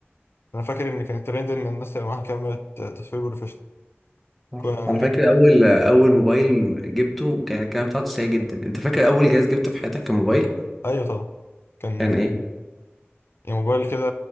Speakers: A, on the left (about 65°); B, in the centre.
A: انا فاكر ان كان الترند ان الناس يبقى معاها كاميرا تصوير بروفيشنال
B: صح.
A: كنا ونيك-
B: انا فاكر اول اول موبايل جبته كان الكلام بتاعته سيء جدا انت فاكر اول جهاز جبته في حياتك كان موبايل
A: ايوه طبعا كان
B: كان ايه
A: يعني موبايل كده